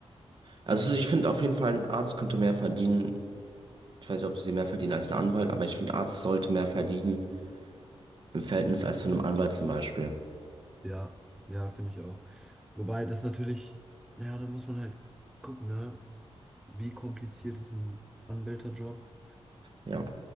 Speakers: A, on the right; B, in the centre.
A: Also ich
B: So.
A: finde auf jeden Fall, ein Arzt könnte mehr verdienen. Ich weiß nicht, ob sie mehr verdienen als ein Anwalt, aber ich finde, Arzt sollte mehr verdienen im Verhältnis als zu einem Anwalt zum Beispiel.
B: Ja, ja, finde ich auch. Wobei das natürlich, ja, da muss man halt gucken, ne? Wie kompliziert ist ein Anwälterjob?
A: Ja,